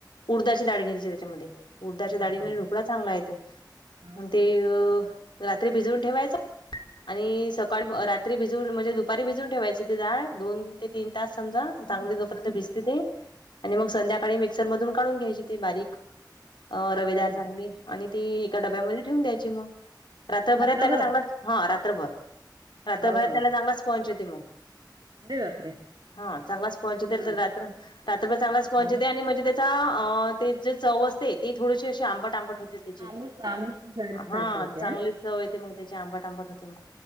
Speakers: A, on the left; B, on the right.
A: उडदाची डाळ घ्यायची्- त्याच्यामध्ये उडदााच्या
B: हा
A: डाळीने
B: हा.
A: ढोकळा चांगला येतो
B: हो
A: म ते- रात्री भिजवून ठेवायच आणि सकाळ ब् रात्री भिज- म्हणजे दुपारी भिजून ठेवायची ती डाळ दोन ते तीन तास समजा मग चांगली- भिजते ते आणि मग संध्याकाळी मिक्सर मधून काढून घ्यायची ते बारीक. अ रवेदार
B: काय
A: चांगली आणि ती एका डब्यामध्ये ठेऊून द्यायची मग. रात्रभरात
B: रात्रभर
A: त्याला चांगलाच हा रात्रभर रात्रभरात
B: हो काय
A: त्याला चांगलाच पंच येते मग.
B: अरे बापरे.
A: हा चांगलाच पंच येतल
B: हा हो
A: तर रात्र रात्रभर चांगलाच पंच
B: ना
A: येते आणि म्हजे त्याच्- जे चव असते ती थोडीशी अशी आंबट आंबट होते. त्याची
B: आमूस आमूस सारख
A: हा
B: सारखी होते.
A: चांगलीच चव येते मग. त्याची आंबट आंबट होते मग